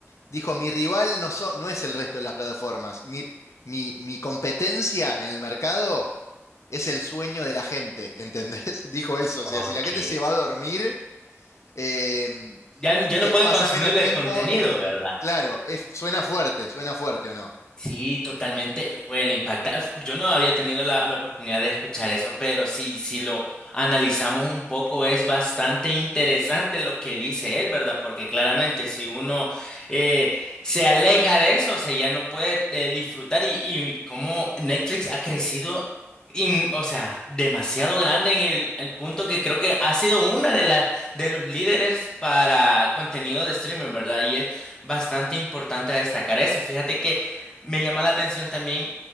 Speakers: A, on the left (about 85°); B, on the left (about 15°).
A: dijo, mi rival no, so- no es el resto de las plataformas, mi, mi, mi competencia en el mercado es el sueño de la gente, ¿entendés? <laughs> Dijo eso,
B: Ok.
A: o sea, si la gente se va a dormir... eh,
B: Ya, ya
A: eh,
B: no puede
A: pasa
B: consumir
A: menos tiempo
B: el contenido,
A: en...
B: ¿verdad?
A: Claro, es- suena fuerte, suena fuerte o no.
B: Sí, totalmente, fue la impacta. Yo no había tenido la, la oportunidad de escuchar eso, pero sí, si lo analizamos un poco, es bastante interesante lo que dice él, ¿verdad? Porque claramente si uno eh, se aleja de eso, o sea, ya no puede eh, disfrutar y, y cómo Netflix ha crecido, in- o sea, demasiado grande en el, el punto que creo que ha sido una de las de los líderes para contenido de streaming, ¿verdad? Y es bastante importante destacar eso. Fíjate que me llama la atención también